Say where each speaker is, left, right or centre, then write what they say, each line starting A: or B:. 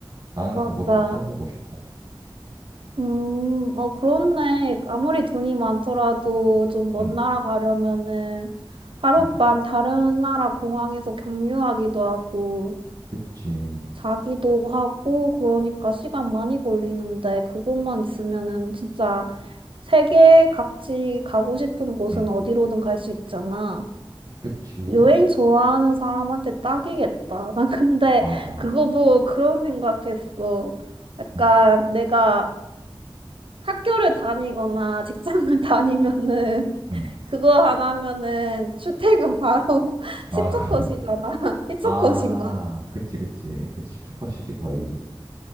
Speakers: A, on the right; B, on the right.
A: 나는
B: 맞아.
A: 그것도 써보고 싶어.
B: 음, 어, 그렇네. 아무리 돈이 많더라도 좀 먼
A: 응,
B: 나라 가려면은 하룻밤
A: 응, 응.
B: 다른 나라 공항에서 경유하기도 하고
A: 그치.
B: 자기도 하고 그러니까 시간 많이 걸리는데 그것만 있으면은 진짜 세계 각지 가고 싶은 곳은
A: 응,
B: 어디로든 갈 수 있잖아.
A: 그치.
B: 여행 좋아하는 사람한테 딱이겠다. <laughs> 난 근데
A: 맞아.
B: 그거 보고 그런 생각했어. 약간
A: 응,
B: 내가 학교를 다니거나 직장을 <laughs> 다니면은
A: 응.
B: 그거 안 하면은 출퇴근 바로 <laughs>
A: 아,
B: 시초컷이잖아. <laughs>
A: <laughs>
B: 시초컷인가?
A: 아, 그치, 그치. 그치. 10초 컷이지, 거의.